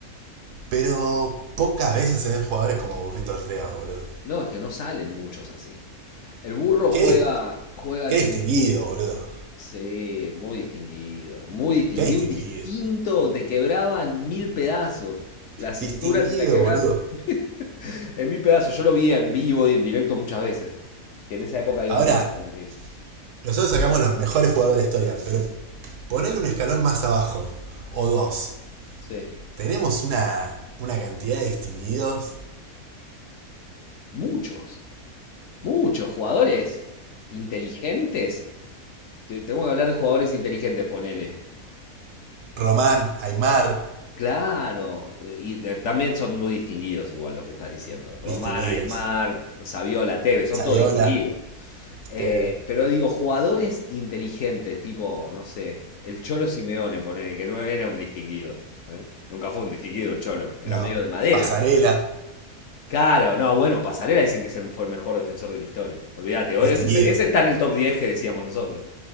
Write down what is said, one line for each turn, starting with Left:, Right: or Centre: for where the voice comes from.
Right: Pero pocas veces se ven jugadores como Burrito Ortega, boludo.
Left: No, es que no salen muchos así. El burro
Right: Qué,
Left: juega,
Right: dis-
Left: juega
Right: qué
Left: en el...
Right: distinguido, boludo.
Left: Sí, muy distinguido, muy distinguido,
Right: Qué distinguido.
Left: un distinto, te quebraban mil pedazos, la cintura
Right: Distinguido,
Left: te la quebraban
Right: boludo.
Left: <laughs> en mil pedazos, yo lo vi en vivo y en directo muchas veces, que en esa época iba
Right: Ahora,
Left: más a Boca River.
Right: nosotros sacamos los mejores jugadores de la historia, pero ponerle un escalón más abajo, o dos.
Left: Sí,
Right: Tenemos una, una cantidad de distinguidos.
Left: muchos, muchos jugadores inteligentes, te- tenemos que hablar de jugadores inteligentes, ponele,
Right: Román, Aymar,
Left: Claro, y de- también son muy distinguidos igual lo que estás diciendo. Román,
Right: distinguidos.
Left: Aymar, Saviola, Tevez, son
Right: Sayola,
Left: todos distinguidos.
Right: este,
Left: Eh, pero digo, jugadores inteligentes, tipo, no sé, el Cholo Simeone, ponele, que no era un distinguido, ¿sí? Nunca fue un distinguido el Cholo, era
Right: no,
Left: medio de madera.
Right: Pasarela,
Left: Claro, no, bueno, Pasarela dicen que se fue el mejor defensor de la historia. Olvídate, o
Right: distinguido.
Left: ese, ese está en el top 10 que decíamos nosotros.